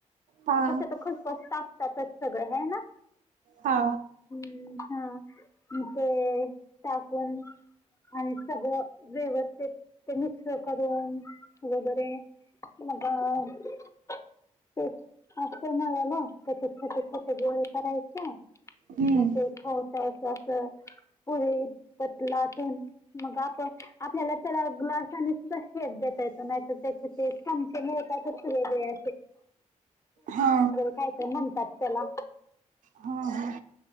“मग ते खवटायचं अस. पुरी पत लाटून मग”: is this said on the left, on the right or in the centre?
Left